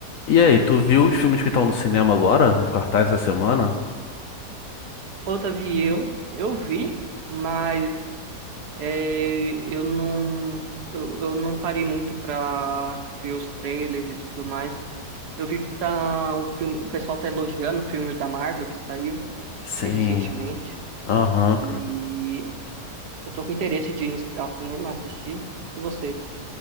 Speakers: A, on the left; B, on the right.
A: E aí, tu viu os filmes que estão no cinema agora, nos cartazes essa semana?
B: Ô, Davi, eu, eu vi, mas é, eu não eu, eu não parei muito pra ver os trailers e tudo mais. Eu vi que tá um filme, o pessoal tá elogiando o filme da Marvel que saiu
A: Sim,
B: é, recentemente
A: aham.
B: e eu tô com interesse de ir no- ao cinema assistir. E você?